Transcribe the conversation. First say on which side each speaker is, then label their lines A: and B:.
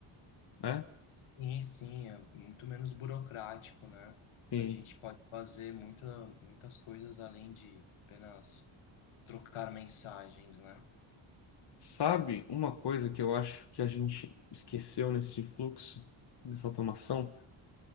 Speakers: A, on the left; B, on the left.
A: né?
B: Sim, sim, é muito menos burocrático, né?
A: Enfim.
B: A gente pode fazer muita, muitas coisas além de apenas trocar mensagens, né?
A: Sabe uma coisa que eu acho que a gente esqueceu nesse fluxo, nessa automação?